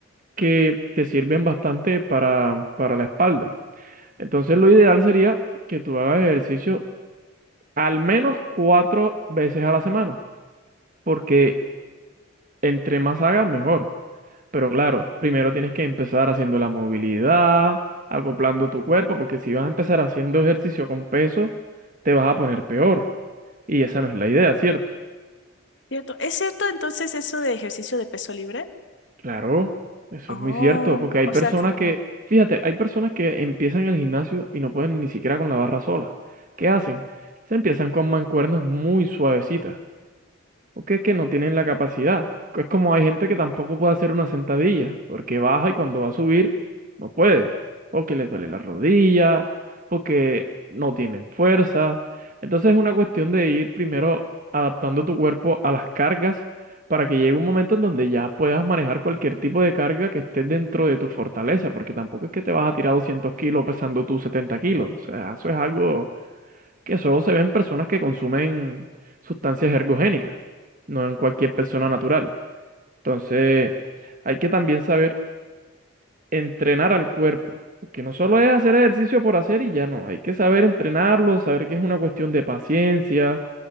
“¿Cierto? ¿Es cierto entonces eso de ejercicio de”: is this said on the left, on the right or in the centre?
Left